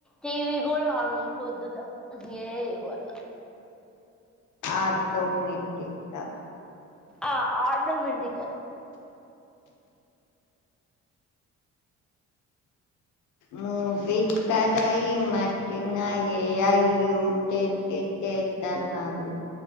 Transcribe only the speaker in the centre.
టీవీ కూడా ఆన్ అయిపోతుదిగా ఏఐ వల్ల
ఆ ఆటోమేటిక్ గా